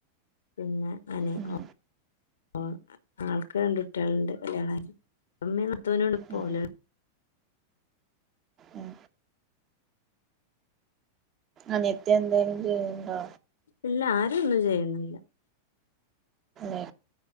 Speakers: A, on the left (about 65°); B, on the right (about 30°).
A: പിന്നെ അനി
B: ഉം
A: ഒ ഓ ആൾക്ക് രണ്ട് കുട്ടികൾണ്ട് കല്യാണ കയ്ഞ്ഞ് ഇപ്പേ ഇമ്മീനാത്തൂനുണ്ട്‌ ഇപ്പേ
B: ഉം
A: ഓ
B: ഉം അനിയത്തി എന്തേലും ചെയ്യണ്ടോ?
A: ഇല്ല ആരൊന്നും ചെയ്യുന്നില്ല.
B: ഏ